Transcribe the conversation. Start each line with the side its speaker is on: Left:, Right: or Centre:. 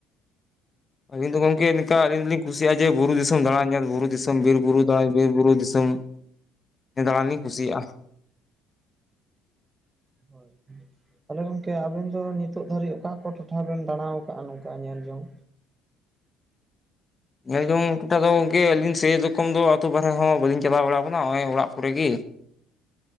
Left: ᱟᱹᱞᱤᱧ ᱫᱚ ᱜᱚᱢᱠᱮ ᱱᱮᱝᱠᱟ ᱟᱹᱞᱤᱧ ᱫᱚᱞᱤᱧ ᱠᱩᱥᱤᱭᱟᱜ-ᱟ
Right: ᱦᱳᱭ
Left: ᱡᱮ ᱵᱩᱨᱩ ᱫᱤᱥᱚᱢ ᱫᱟᱬᱟᱱ ᱧᱮᱞ ᱵᱩᱨᱩ ᱫᱤᱥᱚᱢ ᱵᱤᱨ ᱵᱩᱨᱩᱼᱼ ᱦᱚᱭ ᱵᱤᱨ ᱵᱩᱨᱩ ᱫᱤᱥᱚᱢ ᱦᱮᱸ ᱫᱟᱬᱟᱱ ᱞᱤᱧ ᱠᱩᱥᱤᱭᱟᱜᱼᱟ
Right: ᱦᱚᱭ ᱛᱟᱦᱚᱞᱮ ᱜᱚᱝᱠᱮ ᱟᱵᱤᱱ ᱫᱚ ᱱᱤᱛᱼᱼ ᱱᱤᱛᱚᱜ ᱫᱷᱟᱹᱨᱤᱡ ᱚᱠᱟ ᱠᱚ ᱴᱚᱴᱷᱟ ᱵᱮᱱ ᱫᱟᱬᱟ ᱟᱠᱟᱫᱼᱟ ᱱᱚᱝᱠᱟ ᱧᱮᱞ ᱡᱚᱝᱼᱼ
Left: ᱧᱮᱞ ᱡᱚᱝ ᱴᱚᱴᱷᱟ ᱫᱚ ᱜᱚᱝᱠᱮ ᱟᱹᱞᱤᱧ ᱥᱮᱨᱚᱠᱚᱢ ᱫᱚ ᱟᱹᱛᱩ ᱵᱟᱨᱦᱮ ᱦᱚᱸ ᱵᱟᱹᱞᱤᱧ ᱪᱟᱞᱟᱣ ᱵᱟᱲᱟ ᱟᱠᱟᱱᱟ ᱱᱚᱜ ᱚᱭ ᱚᱲᱟᱜ ᱠᱚᱨᱮᱜ ᱜᱮᱼᱼ